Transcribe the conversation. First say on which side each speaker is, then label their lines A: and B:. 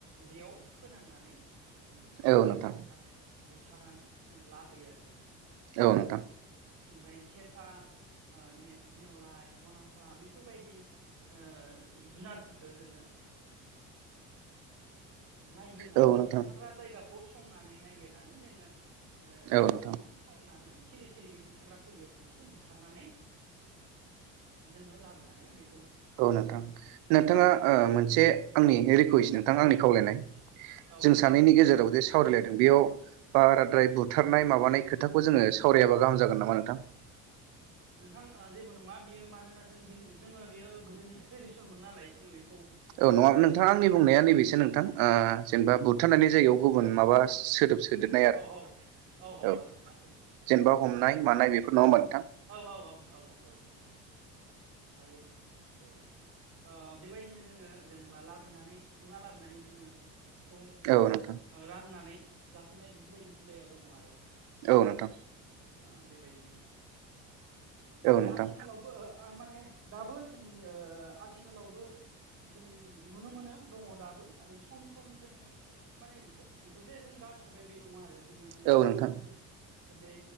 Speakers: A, on the right; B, on the right.
A: जेयाव फोनांनानै जों बेखौ
B: औ नोंथां
A: बुथारो बुथारनानै जोङो लाबोयो आरो नोंथां।
B: औ नोंथां।
A: ओमफ्राय सेसा ओ ने नेवलाय बनाफा बेफोरबायदि ओ जुनारफोरखो जोङो नायगिरनानै
B: औ नोंथां
A: बिनि थाग्रा जायगाखौ संनानै नायगिरनानै जोङो ओ
B: औ
A: बिबायदिनो
B: नोंथां
A: संनानै सिरि सिरि बिनि थाग्रा फुलियाव थांनानै बुथारनानै जोङो लाबोनानै बे
B: औ नोंथां नोंथाङा ओ मोनसे
A: जाफैयो
B: आंनि रिकुेस नोंथां आंनि खावलाय नाय
A: औ
B: जों सानैनि गेजेराव जे सावरायलायदों बेयाव बाराद्राय बुथारनाय माबानाय खोथाखौ जोङो सावरायाबा गाहाम जागोन नामा नोंथां।
A: <inaudible> नोंथां ओ जेबो नङा बियो मानोना जों बेन जोङो बियो गोदोनि ट्रेडिसनमोन नालाय जोङो बेख
B: औ नङा नोंथां आंनि बुंनाया नैबेसो नोंथां ओ जेनेबा
A: औ
B: बुथारनायनि जायगायाव गुबुन माबा सो सोदोब सोदेरनाय आरो
A: औ औ
B: औ
A: आलदा आदसा आदसा
B: जेनेबा हमनाय मानाय बेफोर नङामोन
A: औ औ औ औ औ। जायो नोंथां दे ओ बेबायदिनो जोङो जेनेब बा लाबोनानै हमना लाबोनानै जोङो बेखौ
B: औ नोंथां
A: राननानै जाफैनाय बेफोरबायदि हुदाया दङ आरो।
B: औ नोंथां।
A: ओ बेबायदिनो
B: औ
A: नाथाय
B: नोंथां
A: आथिखालावबो आ माने दाबो जोंनि ओ आथिखालावबो जों नुनो मोनो दङ दाबो माने सम सम जोङो माने बेखौ जे जों गारथारबाय बे नङा आरो। जोङो माने
B: औ
A: सम
B: नोंथां
A: सम बे